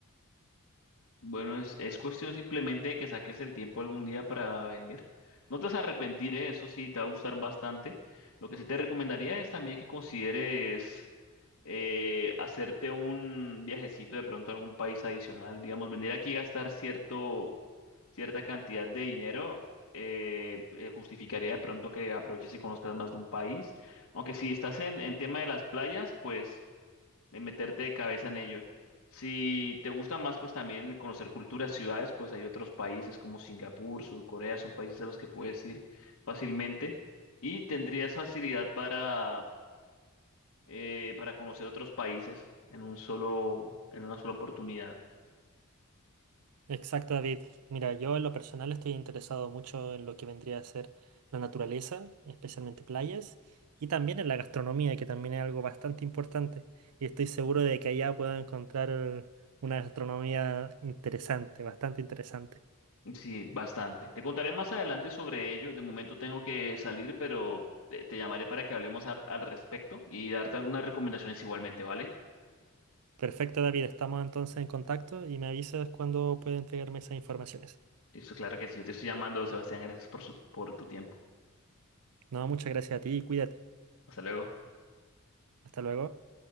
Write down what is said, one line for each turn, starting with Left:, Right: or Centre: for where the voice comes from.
Left: Bueno, es, es cuestión simplemente de que saques el tiempo algún día para venir. No te vas a arrepentir, ¿eh? Eso sí, te va a gustar bastante. Lo que sí te recomendaría es también que consideres eh, hacerte un viajecito de pronto a algún país adicional, digamos, venir aquí a gastar cierto, cierta cantidad de dinero. eh, eh, justificaría de pronto que aproveches y conozcas más de un país. Aunque si estás en, en tema de las playas, pues de meterte de cabeza en ello. Si te gusta más, pues también conocer culturas, ciudades, pues hay otros países como Singapur, Sur Corea, son países a los que puedes ir fácilmente y tendrías facilidad para, eh, para conocer otros países en un solo, en una sola oportunidad.
Right: Exacto, David. Mira, yo en lo personal estoy interesado mucho en lo que vendría a ser la naturaleza, especialmente playas, y también en la gastronomía, que también es algo bastante importante. Y estoy seguro de que allá puedo encontrar una gastronomía interesante, bastante interesante.
Left: Sí, bastante. Te contaré más adelante sobre ello. De momento tengo que salir, pero te, te llamaré para que hablemos al al respecto y darte algunas recomendaciones igualmente, ¿vale?
Right: Perfecto, David. Estamos entonces en contacto y me avisas cuando pueda entregarme esas informaciones.
Left: Eso, claro que sí. Yo te estoy llamando, Sebastián. Gracias por su, por tu tiempo.
Right: No, muchas gracias a ti y cuídate.
Left: Hasta luego.
Right: Hasta luego.